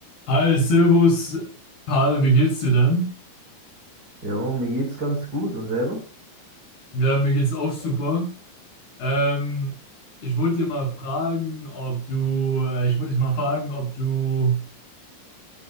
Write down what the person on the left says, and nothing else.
Hi, Servus, Karl, wie geht's dir denn?
Ja, mir geht's auch super. Ähm, ich wollte dir mal fragen, ob du, äh, ich wollte dich mal fragen, ob du,